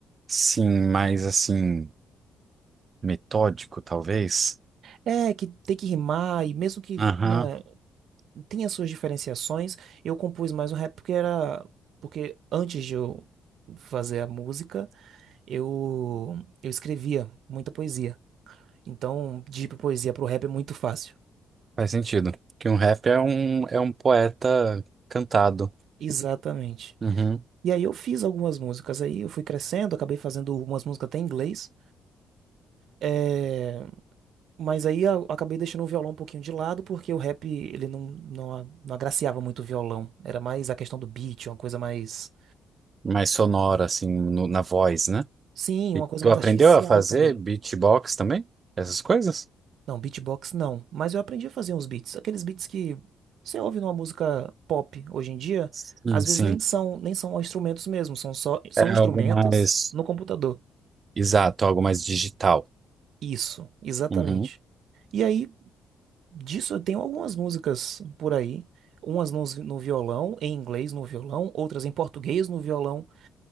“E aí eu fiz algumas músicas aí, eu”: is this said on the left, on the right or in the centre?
Right